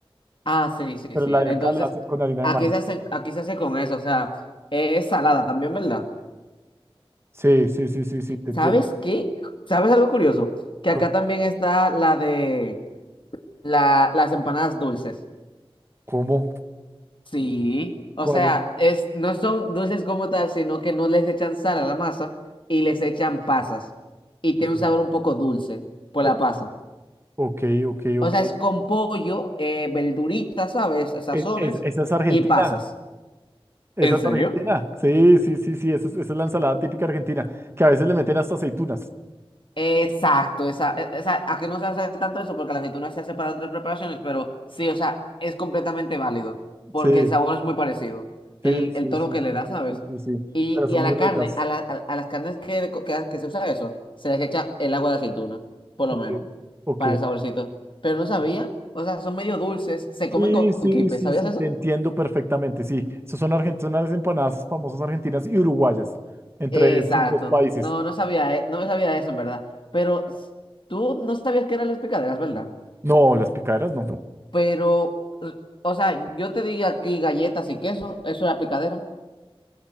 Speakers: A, on the left; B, on the right.
A: Ah, sí, sí,
B: pero
A: sí.
B: la de
A: Entonces,
B: acá la hacen con harina
A: aquí
B: de maíz.
A: se hacen, aquí se hace con eso, o sea, es salada también, ¿verdad?
B: Sí, sí, sí, sí, sí, te
A: ¿Sabes
B: entiendo.
A: qué? ¿Sabes algo curioso? Que acá
B: Co-
A: también está la de la, las empanadas dulces.
B: ¿Cómo?
A: Sí, o
B: ¿Cuál
A: sea,
B: es?
A: es, no son dulces como tal, sino que no les echan sal a la masa y les echan pasas. Y tiene
B: Ok,
A: un sabor un poco dulce por la
B: ok,
A: pasa.
B: ok, ok.
A: O
B: ok.
A: sea, es con pollo, eh, verduritas, ¿sabes? Sazones
B: E- es- esa es Argentina,
A: y pasas.
B: esa
A: ¿En
B: es
A: serio?
B: Argentina. Sí, sí, sí, sí, esa es, esa es la ensalada típica argentina, que a veces le meten hasta aceitunas.
A: Exacto, esa, e- esa, a que no se hace tanto eso porque la aceituna se hace para otras preparaciones, pero sí, o sea, es completamente válido porque
B: Sí.
A: el sabor es muy parecido, el,
B: Sí, sí,
A: el tono
B: sí,
A: que le
B: sí,
A: da,
B: sí,
A: ¿sabes?
B: sí, sí, sí.
A: Y,
B: Pero son
A: y a
B: muy
A: la
B: ricas.
A: carne, a, la- a, a las carnes que, le co- que, que se usa eso, se les echa el agua de aceituna, por
B: Ok,
A: lo menos,
B: ok.
A: para el saborcito. Pero no sabía,
B: ok.
A: o sea, son medio dulces, se comen
B: Sí,
A: con,
B: sí,
A: con quipe,
B: sí,
A: ¿sabías
B: sí,
A: eso?
B: te entiendo perfectamente. Sí, esas son argentinas, las empanadas famosas argentinas y uruguayas, entre
A: Exacto.
B: esos dos países.
A: No, no sabía, e- no me sabía eso, en verdad. Pero s- tú no sabías que eran las picaderas, ¿verdad?
B: No, las picaderas no.
A: Pero, r- o sea, yo te digo aquí galletas y queso, eso era picadera.